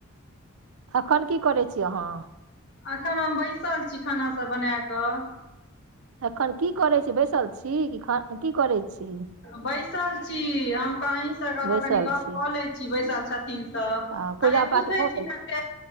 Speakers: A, on the right (about 70°); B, on the left (about 55°).
A: एखन कि करै छी अहाँ
B: अखन हम बैसल छी खाना सभ बना कऽ।
A: एखन कि करै छी बैसल छी कि खान कि करै छीॽ
B: बैसल छी हम तऽ अहीसँ कहलहुँ
A: बैसल
B: कनी गऽ
A: छी
B: कऽ ले छी बैसल छथिन तऽ।
A: आ
B: कहलियै
A: पूजा
B: पूछै
A: पाठ भऽ
B: छियनि
A: गेल।